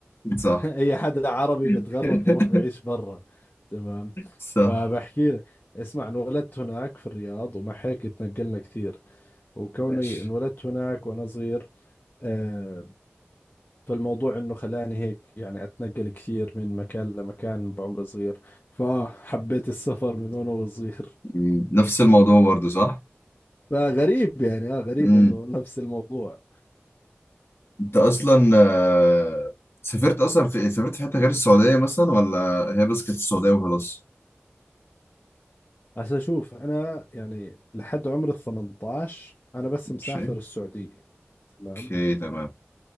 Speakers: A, on the left; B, on the left.
A: صح
B: أي حدا عربي بيتغرب
A: <laughs>
B: بروح بعيش برا تمام
A: صح
B: فبحكي لك اسمع انولدت هناك في الرياض ومع هيك تنقلنا كثير وكوني
A: ماشي
B: انولدت هناك وأنا صغير آه، فالموضوع انه خلاني هيك يعني اتنقل كثير من مكان لمكان بعمر صغير فحبيت السفر من وانا وصغير
A: مم. نفس الموضوع برضه صح
B: <laughs> فغريب يعني اه غريب
A: مم.
B: انه نفس الموضوع
A: انت اصلا آه، سافرت اصلا في إيه؟ سافرت في حته غير السعوديه مثلا ولا هي بس كانت السعوديه وخلاص
B: بس اشوف انا يعني لحد عمر ال 18 انا بس
A: ماشي
B: مسافر السعودية تمام
A: اوكي تمام